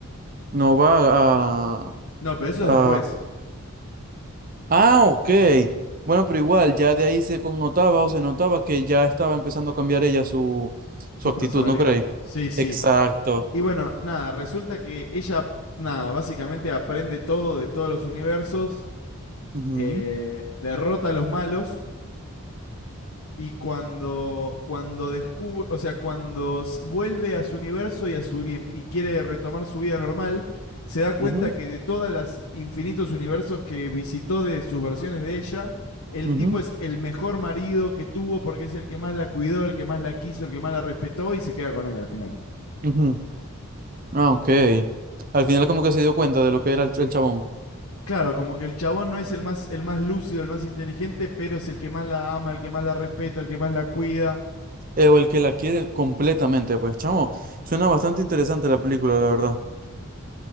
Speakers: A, on the right; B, on the left.
A: No va a,
B: No, pero eso es después.
A: a... Ah, ok. Bueno, pero igual, ya de ahí se connotaba o se notaba que ya estaba empezando a cambiar ella su,
B: Su
A: su actitud,
B: personalidad.
A: ¿no crees?
B: Sí, sí.
A: Exacto.
B: Y bueno, nada, resulta que ella, nada, básicamente aprende todo de todos los universos,
A: Ujú,
B: eh, derrota a los malos y cuando, cuando descubre, o sea, cuando s- vuelve a su universo y, a su, y em- y quiere retomar su vida normal, se da cuenta
A: ujú,
B: que de todos los infinitos universos que visitó de sus versiones de ella, el
A: ujú,
B: tipo es el mejor marido que tuvo porque es el que más la cuidó, el que más la quiso, el que más la respetó y se queda con él al final.
A: ujú. Ah, ok. Al final como que se dio cuenta de lo que era el, ch- el chabón.
B: Claro, como que el chabón no es el más, el más lúcido, el más inteligente, pero es el que más la ama, el que más la respeta, el que más la cuida.
A: eh, o el que la quiere completamente, pues, chamo, suena bastante interesante la película, la verdad.